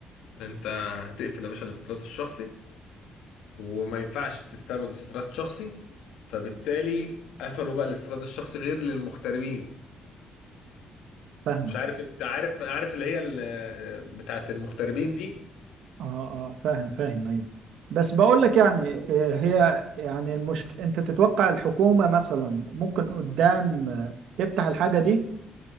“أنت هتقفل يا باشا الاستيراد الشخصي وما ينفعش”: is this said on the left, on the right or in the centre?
Left